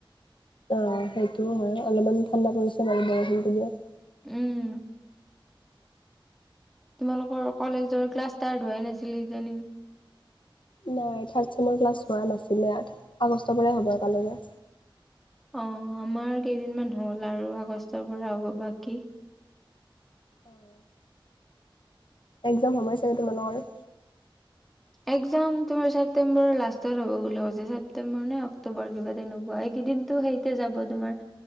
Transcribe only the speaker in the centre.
উম। তোমালোকৰ কলেজৰ ক্লাছ ষ্টাৰ্ট হোৱাই নাছিল কিজানি।
অ, আমাৰ কেইদিনমান হ'ল আৰু আগষ্টৰ পৰা হ'ব বাকী।
একজাম তোমাৰ ছেপ্তটম্বৰৰ লাষ্টত হ'ব বুলি কৈছে ছেপটেম্বৰ নে অক্টোবৰ কিবা তেনেকুৱা এইকেইদিনটো সেই কে যাব তোমাৰ